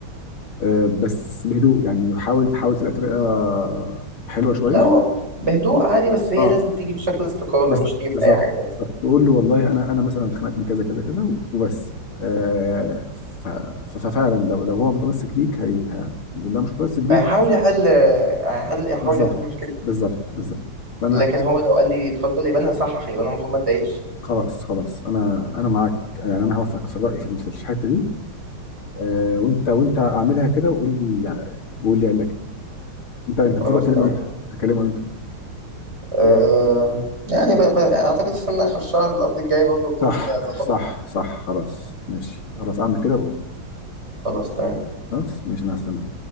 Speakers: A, on the left (about 75°); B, on the right (about 30°).
A: آه، بس بهدوء يعني حاول حاول تلاقي طريقه حلوه شويه
B: لا هو بهدوء عادي بس هي
A: اه
B: لازم تيجي في شكل استقالة
A: بس-
B: مش
A: بالظبط
B: تيجي في
A: بالظبط.
B: اي حاجة تانية
A: تقول له والله انا انا مثلا اتخانقت من كذا كذا كذا وبس آه ف- ف- ففعلا لو لو هو متمسك بيك هي هيعمل لو مش متمسك بيك
B: هيحاول يحل هيحل يحاول
A: بالظبط
B: يحل مشكلة
A: بالظبط بالظبط فانا
B: لكن هو لو قال لي اتفضل يبقى انا صح يبقى انا المفروض ما اتضايقش يعني
A: خلاص خلاص انا انا معاك يعني انا هوافقك في الراي في ال- في الحته دي آه وانت وانت اعملها كده وقول لي يعني وقول لي قال لك إيه. انت انت
B: خلاص
A: المفروض اكلمه
B: تمام
A: انت هكلمه انت
B: أه يعني ب... ب... اعتقد استنى اخر الشهر القبض الجاي برضو اكون
A: صح
B: ظبطت
A: صح صح خلاص ماشي خلاص اعمل كده وقول لي
B: خلاص تمام
A: خلاص ماشي انا هستنى